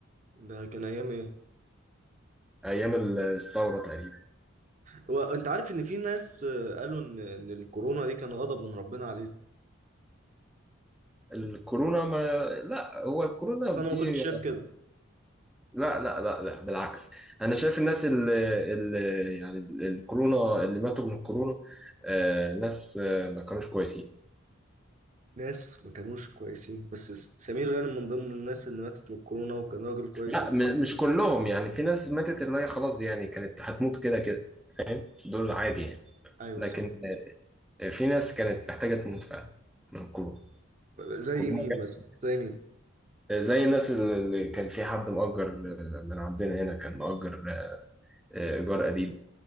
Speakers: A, on the right; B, in the centre.
A: ده كان ايام ايه
B: أيام ال- الثورة تقريبا
A: وانت عارف ان في ناس آه، قالوا ان ان الكورونا دي كان غضب من ربنا علينا
B: الكورونا ما لا هو الكورونا
A: بس انا
B: دي
A: ما كنتش شايف كده
B: لا لا لا لا بالعكس أنا شايف الناس اللي, اللي يعني الكورونا اللي ماتوا من الكورونا آه، ناس آه، ما كانوش كويسين
A: ناس ما كانوش كويسين بس س- سمير غانم من ضمن الناس اللي ماتت من الكورونا وكان راجل كويس
B: لا
A: جدا
B: م- مش كلهم يعني في ناس ماتت اللي هي خلاص يعني كانت هتموت كده كده دول عادي يعني
A: ايوه
B: لكن
A: صح
B: في ناس كانت محتاجة تموت فعلا من كورونا
A: زي
B: كورونا
A: مين
B: جت
A: مثلا زي مين
B: زي الناس اللي كان في حد مؤجر من عندنا هنا كان مؤجر إيجار قديم